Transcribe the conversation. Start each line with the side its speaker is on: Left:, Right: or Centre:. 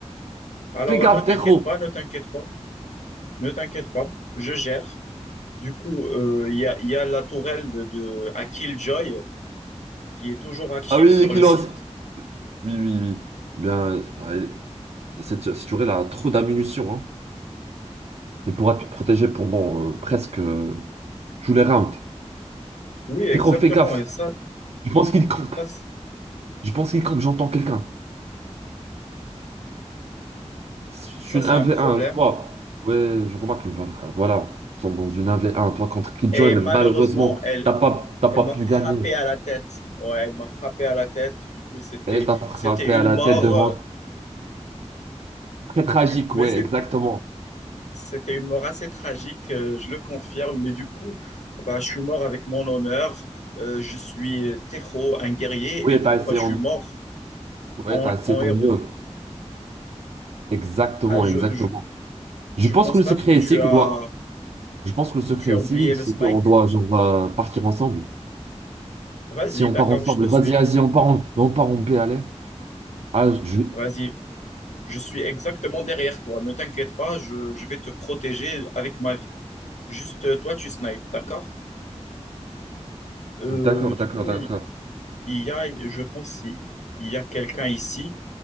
Left: Alors,
Right: fais gaffe,
Left: euh, ne t'inquiète
Right: Tejo.
Left: pas, ne t'inquiète pas, ne t'inquiète pas, je gère. Du coup, euh, il y a, il y a la tourelle de, de- à Killjoy qui est toujours active
Right: Ah oui,
Left: sur
Right: Kilos.
Left: le site.
Right: Oui, oui, oui. Eh Bien, c'est pareil. Cette, cette tuerie, elle a trop d'ammunition. Hein. Elle pourra te protéger pendant euh, presque euh, tous les rounds.
Left: Oui, exactement,
Right: Tejo, fais gaffe.
Left: et ça,
Right: Je pense qu'il campe.
Left: ça, c'est
Right: Je pense qu'il campe. J'entends quelqu'un. Je
Left: ça,
Right: suis une
Left: c'est
Right: 1v1,
Left: un problème.
Right: toi. Ouais, je remarque, que, voilà, voilà, nous sommes dans une un v 1 toi contre Kid
Left: Et
Right: Joy,
Left: malheureusement,
Right: mais malheureusement,
Left: elle,
Right: t'as pas, t'as
Left: elle
Right: pas
Left: m'a
Right: pu
Left: frappé
Right: gagner.
Left: à la tête. Ouais, elle m'a frappé à la tête. Du coup, c'était,
Right: Elle t'a frappé
Left: c'était une
Right: à la
Left: mort.
Right: tête devant.
Left: euh,
Right: Très tragique,
Left: Mais
Right: ouais,
Left: c'est-
Right: exactement.
Left: c'était une mort assez tragique, euh, je le confirme. Mais du coup, bah, je suis mort avec mon honneur. Euh, je suis euh, Tejo, un guerrier,
Right: Oui,
Left: et du
Right: t'as
Left: coup,
Right: essayé,
Left: bah, je
Right: en-
Left: suis mort
Right: ouais,
Left: en,
Right: t'as essayé
Left: en
Right: ton
Left: héros.
Right: mieux. Exactement,
Left: Ah, je,
Right: exactement.
Left: je-
Right: Je
Left: je
Right: pense
Left: constate
Right: que le secret
Left: que tu
Right: ici, que
Left: as,
Right: doit... je pense que le secret
Left: tu as
Right: ici,
Left: oublié le
Right: c'est
Left: spike.
Right: qu'on doit genre, euh, partir ensemble.
Left: Vas-y,
Right: Si on
Left: d'accord,
Right: part ensemble,
Left: je te suis.
Right: vas-y, vas-y, on part en, on part en B, allez. Ah, je...
Left: Vas-y, je suis exactement derrière toi. Ne t'inquiète pas, je, je vais te protéger avec ma vie. Juste, euh, toi, tu snipes, d'accord? Euh,
Right: D'accord,
Left: du
Right: d'accord,
Left: coup,
Right: d'accord.
Left: il, il y a, je pense, il y a quelqu'un ici.